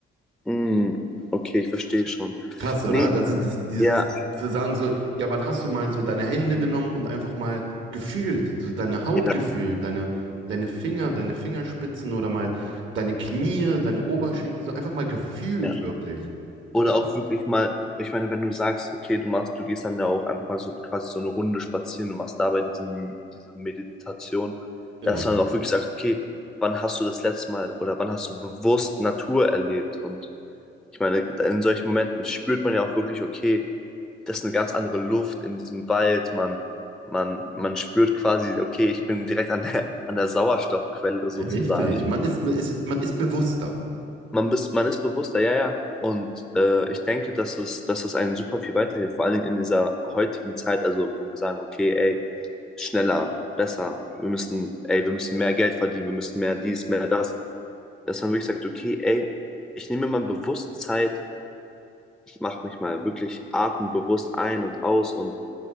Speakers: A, in the centre; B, on the right.
A: mm, Okay, ich verstehe schon.
B: Krass, oder?
A: Nee,
B: Also das, dieses
A: ja,
B: zu sagen so, ja, wann hast du mal so deine Hände genommen und einfach mal gefühlt, so deine Haut
A: ja,
B: gefühlt, deine, deine Finger, deine Fingerspitzen oder mal deine Knie, deine Oberschenkel, so einfach mal gefühlt
A: ja.
B: wirklich.
A: Oder
B: Ja, schon,
A: auch wirklich mal, ich meine, wenn du sagst, okay, du machst, du gehst dann ja auch einfach mal so quasi so eine Runde spazieren, du machst dabei diesen, diese Meditation,
B: genau.
A: dass man auch wirklich sagt, okay, wann hast du das letzte Mal oder wann hast du bewusst Natur erlebt? Und ich meine, in solchen Momenten spürt man ja auch wirklich, okay, das ist eine ganz andere Luft in diesem Wald, man, man, man spürt quasi, okay, ich bin direkt an der, an der Sauerstoffquelle sozusagen
B: Richtig. Man ist, man ist, man ist bewusster.
A: man, bist, man ist bewusster, ja, ja. Und äh, ich denke, dass es, dass es einem super viel weiterhilft, vor allen Dingen in dieser heutigen Zeit, also wo wir sagen, okay, ey, schneller, besser, wir müssen, ey, wir müssen mehr Geld verdienen, wir müssen mehr dies, mehr das, dass man wirklich sagt, okay, ey, ich nehme mal bewusst Zeit, mache mich mal wirklich atembewusst ein und aus und